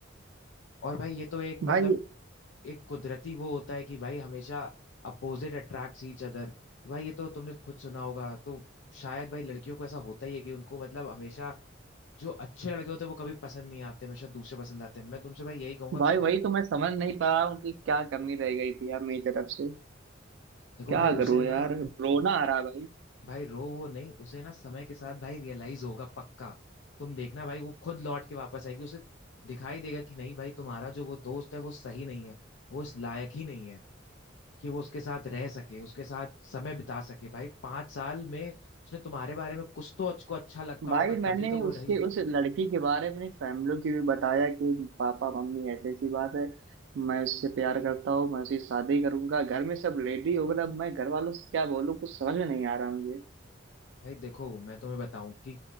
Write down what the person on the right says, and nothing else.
भाई
भाई
वही तो मैं समझ नहीं पा रहा हूँ कि क्या कमी रह गई थी यार मेरी तरफ से
क्या
करूं
यार रोना आ रहा है भाई
भाई
मैंने
उसके
उस लड़की के बारे में अपनी फैमिली की भी बताया कि पापा मम्मी ऐसी ऐसी बात है मैं उससे प्यार करता हूँ मैं उसकी शादी करूंगा घर में सब रेडी हो गए अब मैं घर वालों से क्या बोलूँ कुछ समझ में नहीं आ रहा मुझे